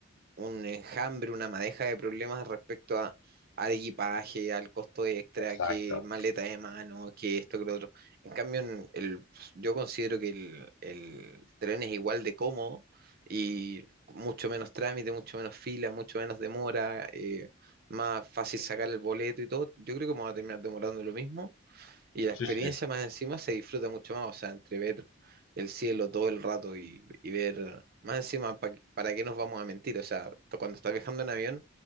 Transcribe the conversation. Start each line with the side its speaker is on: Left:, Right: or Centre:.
Right: un enjambre, una madeja de problemas respecto a, al equipaje, al costo extra,
Left: Exacto.
Right: que maleta de mano, que esto, que lo otro. En cambio, en el, yo considero que el, el tren es igual de cómodo y mucho menos trámite, mucho menos fila, mucho menos demora, eh, más fácil sacar el boleto y todo. Yo creo que vamos a terminar demorando lo mismo y la experiencia
Left: Sí, sí,
Right: más encima se disfruta mucho más, o sea, entre ver el cielo todo el rato y, y ver más encima, pa- ¿para qué nos vamos a mentir? O sea, to- cuando estás viajando en avión,